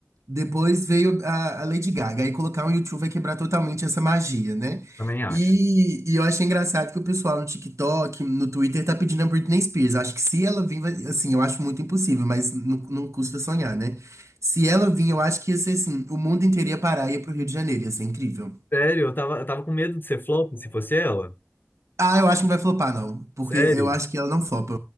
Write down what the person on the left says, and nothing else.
também acho.
Sério, eu tava, eu tava com medo de ser flop se fosse ela.
Sério.